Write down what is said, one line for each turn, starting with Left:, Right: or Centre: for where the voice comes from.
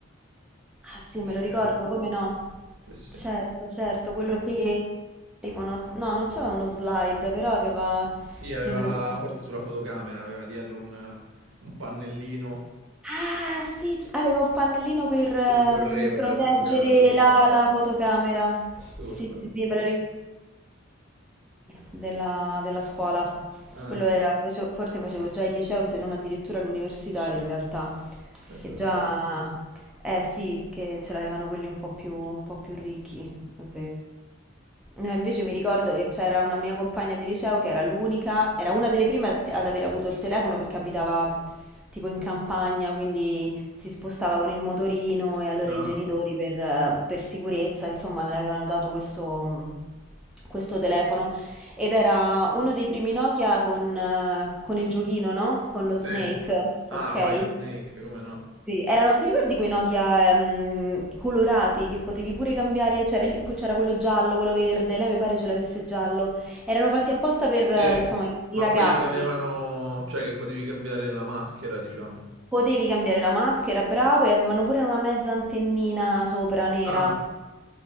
Centre: Ah, sì,
Right: Che figata.
Centre: me lo ricordo, come no?
Right: Sì, sì.
Centre: Certo, certo, quello che tipo uno... No, non c'aveva uno slide, però aveva
Right: Sì,
Centre: Sì,
Right: aveva
Centre: me lo ricordo.
Right: forse sulla fotocamera, aveva dietro un, un pannellino
Centre: Ah, sì, c- aveva un pannellino per ehm,
Right: che scorreva
Centre: proteggere
Right: per la fotocamera, sì.
Centre: la, la fotocamera.
Right: Assurdo.
Centre: Sì, sì, sì, me lo ricordo. della, della scuola.
Right: Ah,
Centre: Quello era, face- forse facevo già il liceo, se non addirittura l'università in realtà,
Right: aspetta
Centre: che
Right: un
Centre: già,
Right: po'.
Centre: eh sì, che ce l'avevano quelli un po' più, un po' più ricchi, è vero. Eh, Invece mi ricordo che c'era una mia compagna di liceo che era l'unica, era una delle prime ad aver avuto il telefono perché abitava tipo in campagna, quindi si spostava con il motorino e allora
Right: Ah,
Centre: i genitori per, per sicurezza, insomma, le avevano dato questo, questo telefono ed era uno dei primi Nokia con, eh, con il giochino, no? Con lo Snake,
Right: sì. Ah,
Centre: ok?
Right: voglia Snake, come no?
Centre: Sì, erano, ti ricordi quei Nokia ehm, colorati che potevi pure cambiare? C'era il- c'era quello giallo, quello verde, lei mi pare ce l'avesse giallo. Erano fatti apposta per,
Right: Sì.
Centre: eh, insomma, i i
Right: Ma
Centre: ragazzi.
Right: quelli che avevano, cioè che potevi cambiare la maschera, diciamo.
Centre: Potevi cambiare la maschera, bravo, e avevano pure una mezza antennina sopra nera.
Right: Ah,